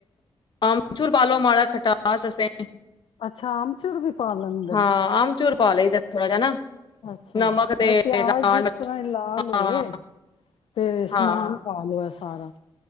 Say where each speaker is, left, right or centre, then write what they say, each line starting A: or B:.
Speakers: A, on the left; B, on the left.
A: ਅਮਚੂਰ ਪਾਲੋ ਮਾੜਾ ਖਟਾਸ ਅਸਤੇ
B: ਅੱਛਾ ਆਮਚੂਰ ਵੀ ਪਾ ਲੈਂਦੇ
A: ਹਾਂ
B: ਨੇ
A: ਆਮਚੂਰ ਪਾ ਲਈਦਾ ਥੋੜਾ ਜਿਹਾ ਨਾ
B: ਅੱਛਾ
A: ਨਮਕ ਤੇ
B: ਪਿਆਜ
A: ਲਾਲ
B: ਜਿਸ
A: ਮਿਰਚ
B: ਤਰ੍ਹਾਂ ਲਾਲ
A: ਹਾਂ
B: ਹੋਏ ਤੇ
A: ਹਾਂ
B: ਸਮਾਨ ਪਾ ਲੋ ਹੈ ਸਾਰਾ